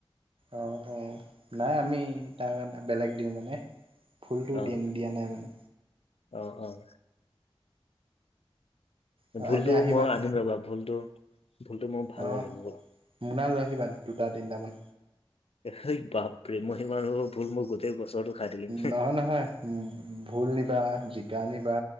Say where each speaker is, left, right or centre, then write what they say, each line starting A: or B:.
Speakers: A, on the right (about 65°); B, on the left (about 80°).
A: অ' অ'! নাই আমি, তাক বেলেগ দিওঁ মানে। ফুলটো
B: অ'!
A: দি দিয়া নাই মানে
B: অ' অ'!
A: হয়
B: ভোলটো,
A: এতিয়া আহিবা
B: মই আনিম ৰ'বা, ভোলটো-ভোলটো মোৰ ভাল
A: অ
B: লাগে, বহুত!
A: মোনা লৈ আহিবা দুটা তিনটামান।
B: হেই বাপৰে! <unintelligible> গোটেই বছৰটো খাই থাকিম।
A: নহয়, নহয়। ভোল নিবা, জিকা নিবা,